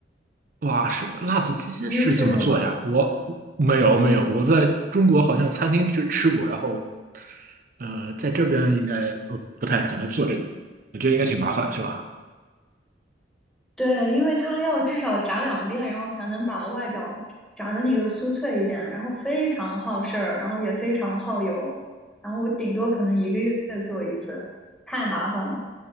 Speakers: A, on the right; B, in the centre.
A: 哇，是辣子鸡是怎么做呀？
B: 你有试过吗？
A: 我没有没有，我在中国好像餐厅就吃过，然后呃，在这边应该不不太可能做这个，我觉得应该挺麻烦，是吧？
B: 对，因为它要至少炸两遍，然后才能把外表炸的那个酥脆一点，然后非常耗事儿，然后也非常耗油，然后我顶多可能一个月做一次，太麻烦了。